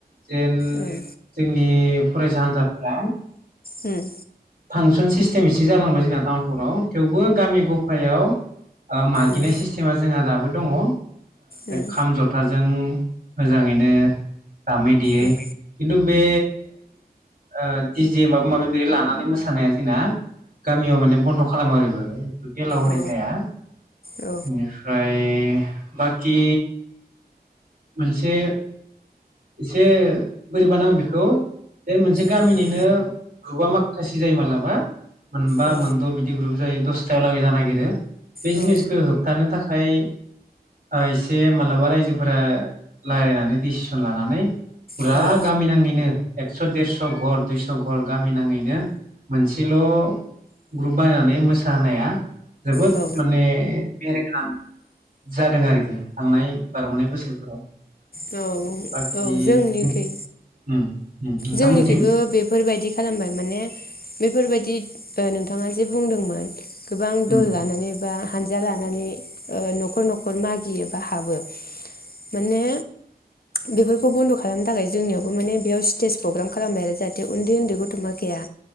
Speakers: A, on the right; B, on the left.
A: जेन
B: उम
A: जोंनि फरायसा हान्जाफोरा
B: उम
A: फांसन सिस्टेमैसो जालांबाय जोंना तामुलपुराव, थेवबो गामि गफायाव ओ मागिनाय
B: उम
A: सिस्टेमा जोंहा दाबो दङ ओ
B: उम
A: खाम, जथाजों मोजाङैनो दामै देयै
B: उम
A: खिन्थु बे ओ डिजे माबा माबि बेहाय लानानै मोसा सानाया जोंना गामियाव माने बन्द खालामो आरो बेफोरखो एलाव होनाय
B: औ
A: जाया
B: औ
A: बिनिफ्राय ए बाखि मोनसे इसे बोरैबा नाङो बेखौ मोनसे गामिनिनो
B: होमबा
A: ग्रुपा माखा खासि जायो मालाबा मोनबा
B: अ
A: मोनद' बिदि ग्रुप जायो दसथायाव लागि जानो नागिरो। बे
B: औ
A: जिनिसखौ होबथानो थाखाय फाय ओ इसे मालाबा रायजोफोरा लारायनानै डिसि सन लानानै फुरा
B: औ उम
A: गामि नाङैनो एक्स‌ देरस घर दुइस घर गामि नाङैनो मोनसेल ग्रुप बानायनानै मोसा होनाया जोबोद
B: औ
A: माने मेहेरखां जादों आरोखि थांनाय बारबोनाय बोसोरफोराव।
B: औ
A: बाखि
B: औ जोंनिखै
A: उम -उम नोंथां
B: जोंनिखैबो
A: मोनथिं?
B: बेफोरबायदि खालामबाय माने बेफोरबायदि ओ नोंथाङा जे बुंदोंमोन। गोबां दल
A: उम
B: लानानै बा हान्जा लानानै ओ न'खर न'खर मागियो बा हाबो माने बेफो। खौ बन्द खालामनो थाखाय जोंनि माने बेयाव स्टेज प्रग्राम खालामबाय आरो जाहाथे उन्दै उन्दै गथ माखाया।